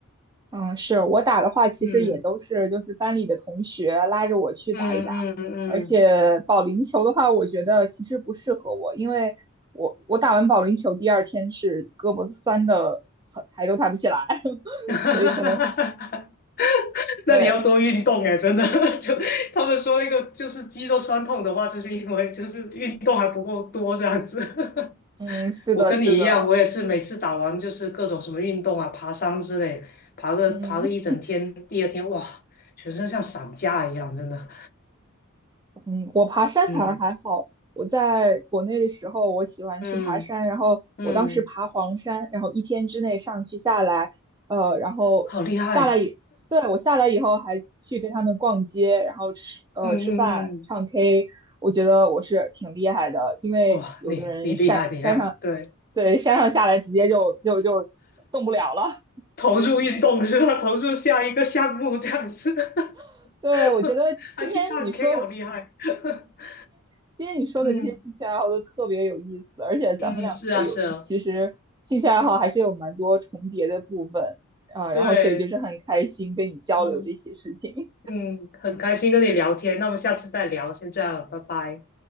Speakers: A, on the right; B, on the left.
A: 嗯，是我打的话，其实也都是就是班里的同学拉着我去打一打，
B: 嗯嗯嗯嗯。
A: 而且保龄球的话，
B: 嗯
A: 我觉得其实不适合我，因为我我打完保龄球第二天是胳膊酸的抬抬都抬不起来，<laughs>
B: <laughs> 哈哈哈哈哈！
A: 所以可能
B: <laughs> <laughs> 那你要多运动哎，
A: 对。
B: 真的。<laughs> 就他们说那个就是肌肉酸痛的话，就是因为就是运动还不够多这样子。
A: 嗯，
B: <laughs>
A: 是的，
B: 我跟你一样，
A: 是的，
B: 我也是每次打完就是各种什么运动啊，爬山之类，爬个爬个一整天，
A: 嗯
B: 第二天哇，全身像散架一样，真的。
A: 嗯，我爬山反而还好。
B: 嗯
A: 我在国内的时候，我喜欢去爬山，
B: 嗯
A: 然后我当时爬黄山，
B: 嗯，
A: 然后一天之内上去下来，呃，然后下来以，
B: 好厉害。
A: 对，我下来以后还去跟他们逛街，然后吃呃吃饭、
B: 嗯嗯嗯，
A: 唱 K，我觉得我是挺厉害的，因为有的人山山上，
B: 哇，你你厉害，你厉害，对，
A: 对，山上下来直接就就就动不了了。
B: 投入运动是吧？投入下一个项目这样子，<laughs>
A: <laughs> 对，我觉得今天你说
B: 还去唱 K，好厉害。<laughs>
A: 今天你说的这些兴趣爱好都特别有意思，
B: 嗯
A: 而且咱们两个有其实兴趣爱好还是有蛮多重叠的部分，
B: 嗯，是啊是啊，
A: 啊、
B: 对，
A: 然后所以就是很开心跟你交流这些事情。
B: 嗯嗯，很开心跟你聊天，那我们下次再聊，先这样了，拜拜。